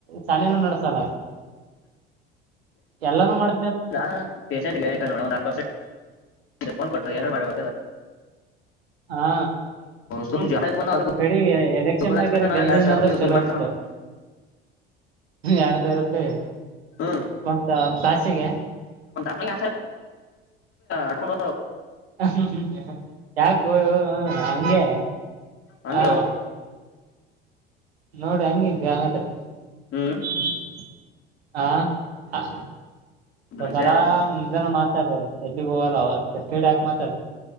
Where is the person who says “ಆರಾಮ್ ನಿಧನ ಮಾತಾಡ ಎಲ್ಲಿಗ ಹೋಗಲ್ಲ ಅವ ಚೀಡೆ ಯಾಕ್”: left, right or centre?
Right